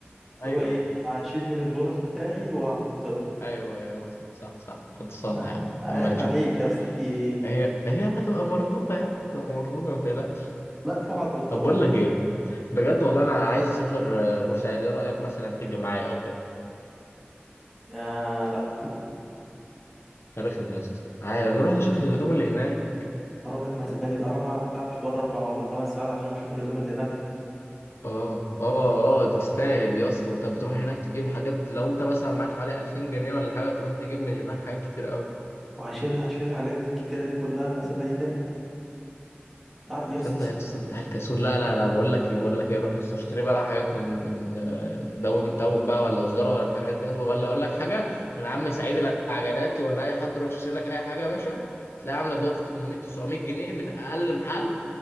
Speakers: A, on the left; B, in the centre.
A: <laughs>
B: اللي
A: ايوه
B: هو ايه
A: ايوه
B: هشيل من البونص بتاعي وهحط لك
A: ايوه ايوه صح صح صح خد صانع
B: آه،
A: يا عم
B: عيب
A: اما نشوف
B: عليك يا اسطى في ايه
A: هي هي هتبقى مردودة يعني هتبقى مردودة ما تقلقش
B: لا اوعى تردها
A: طب بقول
B: لي
A: لك ايه بجد والله انا عايز اسافر آه، بورسعيد ايه رأيك مثلا تيجي معايا او كده
B: آه لا
A: فرخم يا اسطى عايز نروح نشوف الهدوم اللي هناك
B: هروح المسافه دي اروح بتاع مشوار اربع ولا خمس ساعات عشان اشوف الهدوم اللي هناك
A: اه اه اه تستاهل يا اسطى انت بتروح هناك تجيب حاجات لو انت مثلا معاك حوالي 2000 جنيه ولا حاجة تروح تجيب من هناك حاجات كتير قوي
B: وهشيل هشيل الحاجات دي الكتيره دي كلها المسافه دي تاني لا يا اسطى
A: تصدق يا اسطى انت الكسول لا لا لا بقول لك ايه بقول لك ايه روح يا اسطى اشتري بقى حاجات من من آه، داون تاون بقى ولا الزارا ولا الحاجات ديت ولا اقول لك حاجه من عم سعيد العجلاتي ولا اي حد روح اشتري لك اي حاجه يا باشا تلاقيها عامله دلوقتي 800 900 جنيه من اقل محل